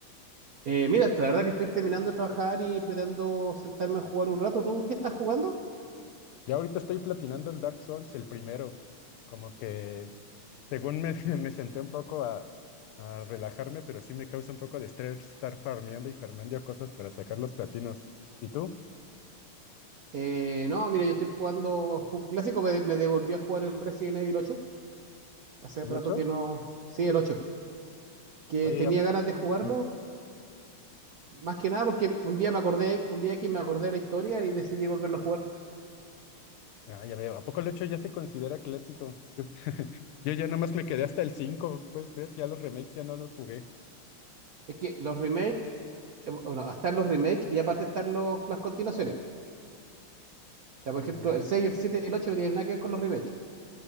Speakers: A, on the right; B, on the left.
A: Eh, mira, la verdad que estoy terminando de trabajar y pretendo sentarme a jugar un rato. ¿Tú qué estás jugando?
B: Ya ahorita estoy platinando el Dark Souls, el primero. Como que, según me, <laughs> me senté un poco a, a relajarme, pero sí me causa un poco de estrés estar farmeando y farmeando cosas para sacar los platinos. ¿Y tú?
A: Eh, no, mira, yo estoy jugando un clásico, me, me devolví a jugar el Resident Evil 8. Hace
B: ¿El
A: rato
B: hecho?
A: que no... Sí, el 8. Que
B: Oye,
A: tenía
B: ya,
A: ganas de jugarlo,
B: sí.
A: más que nada porque un día me acordé, un día aquí me acordé de la historia y decidí volverlo a jugar.
B: ah, ya veo. ¿A poco el hecho ya se considera clásico? Yo ya nomás me quedé hasta el cinco puedes creer, ya los remakes ya no los jugué.
A: Es que los remakes, bueno, están los remakes y aparte están los, las continuaciones. O sea, por
B: Mm,
A: ejemplo, el 6, el 7 y el 8 no tienen nada que ver con los remakes.